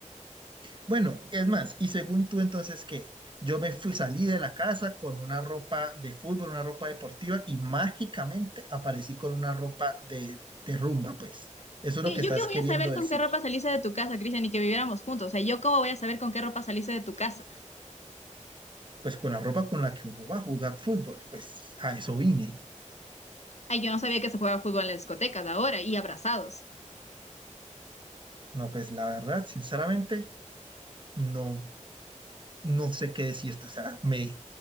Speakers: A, on the right; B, on the left.
A: Bueno, es más, y según tú entonces, ¿qué? Yo me fui, salí de la casa con una ropa de fútbol, una ropa deportiva y mágicamente aparecí con una ropa de, de rumba, pues. Eso es lo
B: ¿Qué-
A: que estás
B: ¿Yo qué voy
A: queriendo
B: a saber
A: decir.
B: con qué ropa saliste de tu casa, Cristian, y que viviéramos juntos? O sea, ¿yo cómo voy a saber con qué ropa saliste de tu casa?
A: Pues con la ropa con la que uno va a jugar fútbol, pues a eso vine.
B: Ay, yo no sabía que se juega fútbol en las discotecas ahora y abrazados.
A: No, pues la verdad, sinceramente, no, no sé qué decirte. O sea, me,